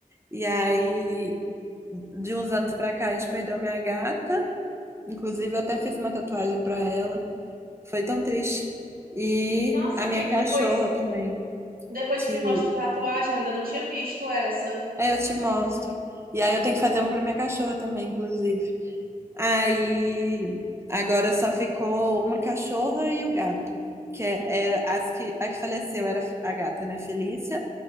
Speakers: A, on the right; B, on the right.
A: E aí, de uns anos pra cá, a gente perdeu minha gata. Inclusive, eu até fiz uma tatuagem pra ela. Foi tão triste. E
B: Nossa,
A: a
B: amiga,
A: minha cachorra
B: depois,
A: também,
B: depois
A: que.
B: que me mostra a tatuagem, eu ainda não tinha visto essa.
A: Aí eu te mostro. E aí, eu tenho que fazer uma pra minha cachorra também, inclusive. Aí agora só ficou uma cachorra e o gato, que é- era as que a que faleceu era a gata, né, Felícia.